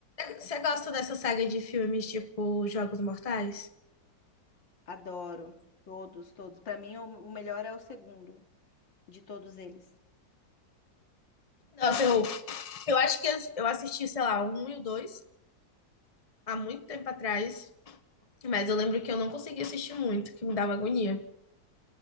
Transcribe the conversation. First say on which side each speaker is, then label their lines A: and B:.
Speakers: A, on the left; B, on the left.
A: você gosta dessa saga de filmes tipo Jogos Mortais?
B: Adoro todos, todos. Para mim o, o melhor é o segundo de todos eles.
A: Nossa, eu, eu acho que eu eu assisti, sei lá, o um e o dois há muito tempo atrás, mas eu lembro que eu não conseguia assistir muito, que me dava agonia.